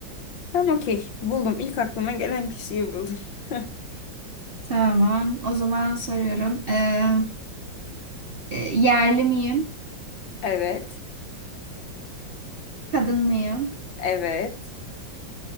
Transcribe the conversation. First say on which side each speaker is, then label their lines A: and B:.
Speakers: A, on the left; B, on the right.
A: Tamam okey. Buldum. İlk aklıma gelen kişiyi buldum. <laughs>
B: Tamam, o zaman soruyorum. Ee, e, yerli miyim?
A: Evet.
B: Kadın mıyım?
A: Evet.